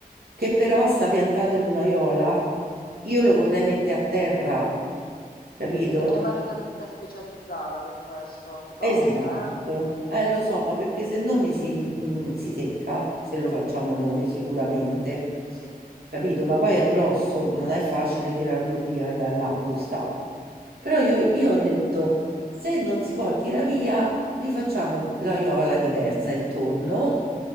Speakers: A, on the right; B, on the left.
A: che però sta piantato in un'aiola, io lo vorrei mettere a terra, capito?
B: Devi chiamare una ditta specializzata per questo, ti costa,
A: Esatto, eh lo
B: eh?
A: so,
B: Mm,
A: ma
B: mm,
A: perché se no mi si, mi- mm, si secca se lo facciamo noi sicuramente,
B: sì.
A: capito? Ma poi è grosso, non è facile tirarlo via da là dove sta. Però io, io
B: Mm.
A: ho detto, se non si può tirare via, rifacciamo l'aiola diversa intorno,